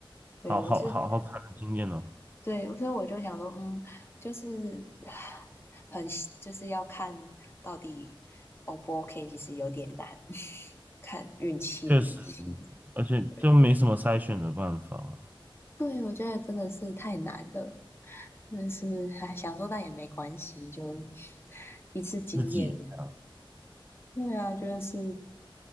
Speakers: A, on the left; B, on the right.
A: 对，
B: 好好好好惨的经验哦，
A: 我是对，所以我就想说，嗯，就是唉很就是要看到底 O 不 OK，其实有点难，<laughs> 看运气运气。
B: 确实，而且就没什么筛选的办法了，
A: 对，对，我觉得真的是太难了，但是哎，想说但也没关系，就一次经验。
B: 自己这样。
A: 对啊，就是